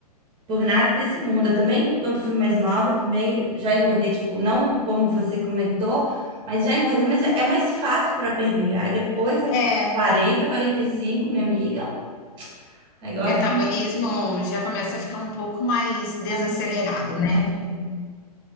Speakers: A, on the right; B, on the left.
A: Por nada desse mundo. Eu também, quando fui mais nova, também já engordei, tipo, não como você comentou, mas já engordei, mas é mais fácil para perder. Aí depois, a
B: é.
A: 40, 45, minha amiga, o negócio
B: Metabolismo
A: não
B: já começa a ficar um pouco mais desacelerado,
A: é mais.
B: né?
A: é.